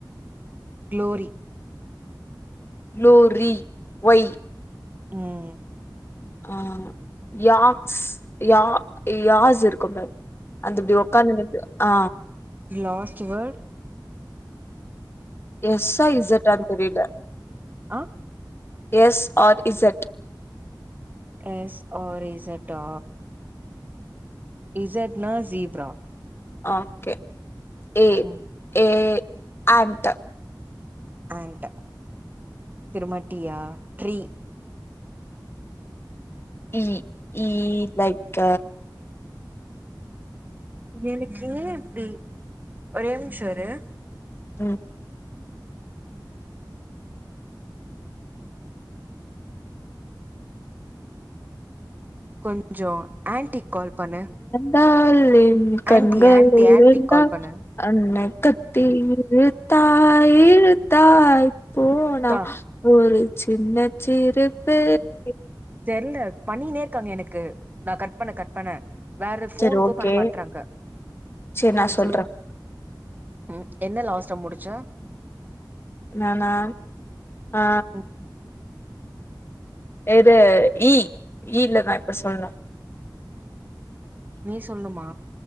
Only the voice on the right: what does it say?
க்ளோரி
ம்
லாஸ்ட்டு வேட்
ஆ
S R இசட்டா இசட்னா ஜீப்ரா
ம்
ஆண்ட்டு திருமட்டியா ட்ரீ
எனக்கு ஏ இப்டி ஒரே நிம்ச இரு
கொஞ்ச ஆண்டிக்கு கால் பண்ணு
ஆன்ட்டி ஆன்ட்டி
ஆன்ட்டிக் கால் பண்ணு
தா
தெர்ல பண்ணிக்கினே இருக்காங்க எனக்கு நா கட் பண்ண கட் பண்ண வேற ஃபோனுக்கு
பண்ண மாட்றாங்க
ம்
சொல்லு ம் என்ன லாஸ்ட்டா முடிச்சோ
ம்
இ சொல்னுமா